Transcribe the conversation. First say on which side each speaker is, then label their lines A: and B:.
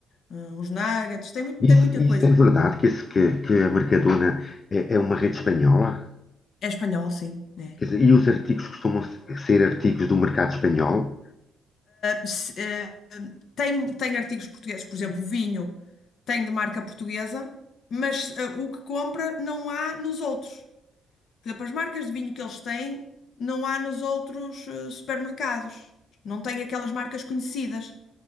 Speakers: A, on the left; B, on the left.
A: hum, os nuggets, tem muito,
B: Isso,
A: tem muita
B: isso
A: coisa.
B: é verdade que, esse, que, que a Mercadona é, é uma rede espanhola?
A: É espanhol, sim, né?
B: Quer dizer, e os artigos costumam ser artigos do mercado espanhol?
A: se- eh, tem, tem artigos portugueses, por exemplo, vinho tem de marca portuguesa, mas eh, o que compra não há nos outros. Por exemplo, as marcas de vinho que eles têm não há nos outros eh, supermercados. Não tem aquelas marcas conhecidas.